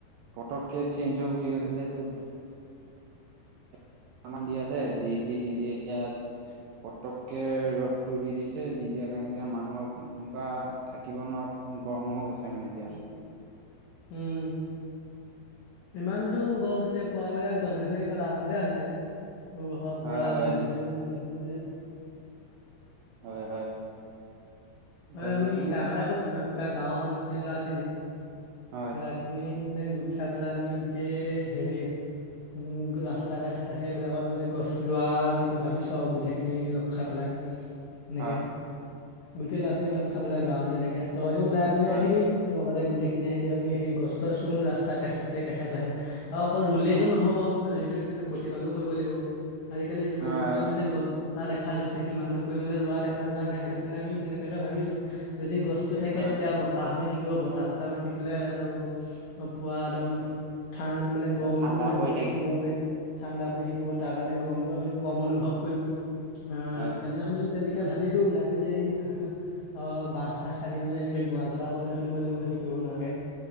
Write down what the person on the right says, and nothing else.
পটককে চেঞ্জ হৈ গুচি গৈছে যে তোৰ অকনমান দি আছে দি দি দি দি এতিয়া পটককে ৰ'দ টো দি দিছে দি দিয়া কাৰণে, এতিয়া মানুহৰ এনেকুৱা থাকিব নোৱাৰা গৰম হৈ গৈছে। মানে এতিয়া
হয়
হয়
হয় হয়
গছ
গছনিও
কটাৰ
ফলতে
আছে
হয়
হয়
হয়
হয়
হয়
হয়
হয়
ঠাণ্ডা
পৰি
হয়